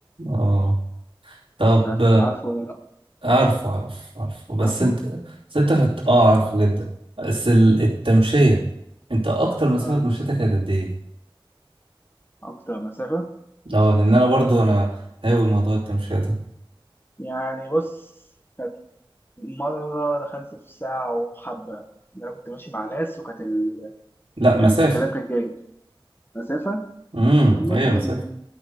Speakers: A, on the right; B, on the left.
A: آه. طب
B: مش عارف عارفه ولا لا
A: عارفه عارفه عارفه بس
B: عارفه
A: انت بس انت فت... اه عارفه جدا بس ال- التمشية انت اكتر مسافة
B: اه
A: مشيتها كانت قد ايه؟
B: اكتر مسافة
A: اه لان انا برضو
B: آه.
A: انا هاوي موضوع التمشية ده
B: يعني بص كانت مرة دخلت في ساعة وحبة إن أنا كنت ماشي مع ناس وكانت ال...
A: لا مسافة
B: كان الكلام كان جاي مسافة
A: امم
B: يقول
A: هي
B: مثلا
A: مسافة